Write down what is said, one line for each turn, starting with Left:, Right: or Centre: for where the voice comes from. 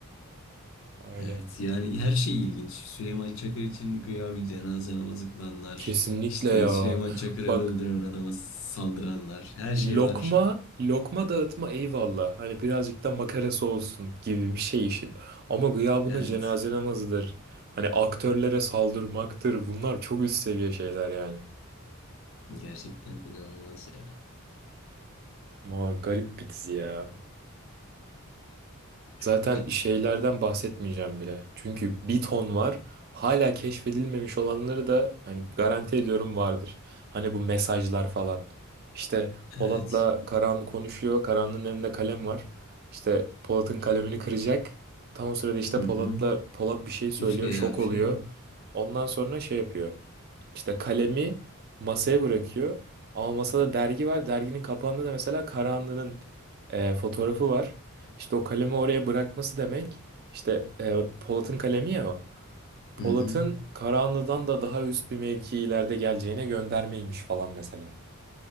Right: Öyle.
Left: Evet yani her şey ilginç. Süleyman Çakır için güya bir cenaze namazı kılanlar,
Right: Kesinlikle
Left: işte
Right: ya.
Left: Süleyman Çakır'ı
Right: Bak
Left: öldüren adama saldıranlar, her şey
Right: Lokma,
Left: var. <laughs>
Right: lokma dağıtma eyvallah. Hani birazcık da makarası olsun gibi bir şey işin. Ama gıya buna
Left: Evet.
Right: cenaze namazıdır. Hani aktörlere saldırmaktır. Bunlar çok üst seviye şeyler yani.
Left: Gerçekten inanılmaz ya.
Right: Vay, garip bir dizi ya. Zaten
Left: Çok garip.
Right: şeylerden bahsetmeyeceğim bile. Çünkü bir ton var. Hala keşfedilmemiş olanları da hani garanti ediyorum vardır. Hani bu mesajlar falan. İşte Polat'la
Left: Evet.
Right: Karahanlı konuşuyor. Karahanlı'nın elinde kalem var. İşte Polat'ın kalemini kıracak. Tam o sırada işte
Left: Hı
Right: Polat'la
Left: hı.
Right: Polat bir şey söylüyor.
Left: Üç kere
Right: Şok
Left: hapşire.
Right: oluyor. Ondan sonra şey yapıyor. İşte kalemi masaya bırakıyor. Ama masada dergi var. Derginin kapağında da mesela Karahanlı'nın e, fotoğrafı var. İşte o kalemi oraya bırakması demek. İşte e, Polat'ın kalemi ya o. Polat'ın
Left: Hı hı.
Right: Karahanlı'dan da daha üst bir mevki ileride geleceğine göndermeymiş falan mesela.